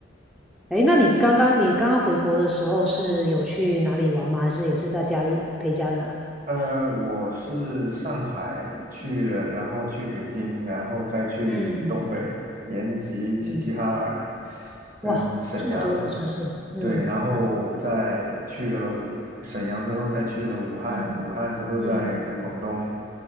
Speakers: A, in the centre; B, on the right.
A: 哎那你刚刚你刚刚回国的时候是有去哪里玩吗？还是也是在家里陪家人啊？
B: 呃，我是上海去了，然后去北京，然后再去东北延吉、
A: 嗯
B: 齐齐哈尔
A: 嗯，
B: 跟沈阳，
A: 哇，这么多个城市，嗯嗯
B: 对，然后再去了武沈阳之后，再去了武汉，
A: 嗯
B: 武汉之后再回广东。
A: 嗯